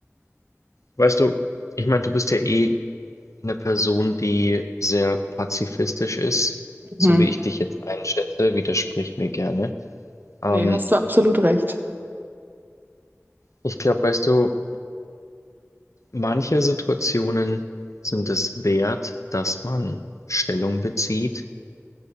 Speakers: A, on the left; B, on the right.
A: Weißt du, ich meine, du bist ja eh eine Person, die sehr pazifistisch ist,
B: Mhm.
A: so wie ich dich jetzt einschätze, widersprich mir gerne. Ähm,
B: Nee, hast du absolut recht.
A: ich glaube, weißt du, manche Situationen sind es wert, dass man Stellung bezieht.